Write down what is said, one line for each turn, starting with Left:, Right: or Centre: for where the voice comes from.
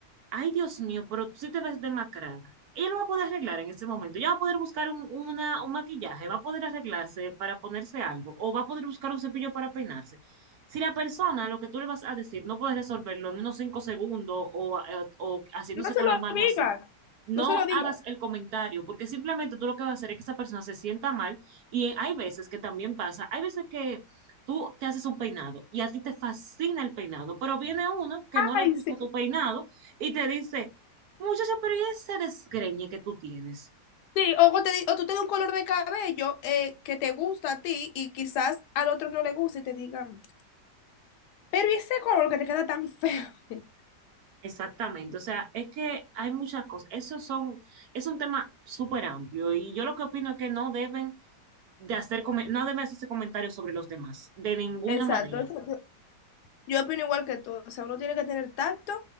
Right: ay Dios mío, pero tú sí te ves demacrada, ella lo va a poder arreglar en ese momento, ella va a poder buscar un, una- un maquillaje, va a poder arreglarse para ponerse algo, o va a poder buscar un cepillo para peinarse. Si la persona, lo que tú le vas a decir, no puede resolverlo en unos cinco segundos o, eh, o haciéndose
Left: No se
Right: con
Left: lo
Right: las manos
Left: digas,
Right: así, no
Left: no se lo digas.
Right: hagas el comentario, porque simplemente tú lo que vas a hacer es que esa persona se sienta mal y hay veces que también pasa, hay veces que tú te haces un peinado y a ti te fascina el peinado, pero viene uno que no
Left: Ay,
Right: le gusta
Left: sí.
Right: tu peinado y te dice, muchacha, pero ¿y ese desgreñe que tú tienes?
Left: Sí, o, o te di- o tú te das un color de cabello eh, que te gusta a ti y quizás al otro no le guste y te digan, pero ¿y ese color que te queda tan feo? <laughs>
Right: Exactamente, o sea, es que hay muchas cosas, esos son, es un tema súper amplio y yo lo que opino es que no deben de hacer, come- no deben hacerse comentarios sobre los demás, de ninguna
Left: Exacto,
Right: manera,
Left: eso, Yo opino igual que tú, o sea, uno tiene que tener tacto